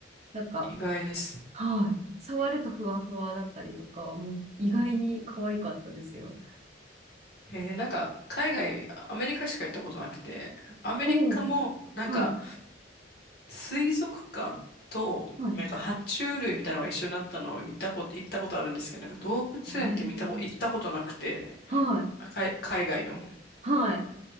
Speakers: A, on the right; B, on the left.
A: なんか、
B: 意外です。
A: はい。触るとふわふわだったりとか、もう意外に可愛かったですよ。
B: へえ、なんか、海外、アメリカしか行ったことなくて、アメリカも、
A: おお、
B: なんか、
A: はい、
B: 水族館と、
A: はい。
B: なんか、爬虫類みたいなのが一緒になったのを見たこと、行ったことあるんですけど、なんか動物園って見たこ、
A: ええ
B: 行ったことなくて、
A: はい、
B: 海、海外の。
A: はい。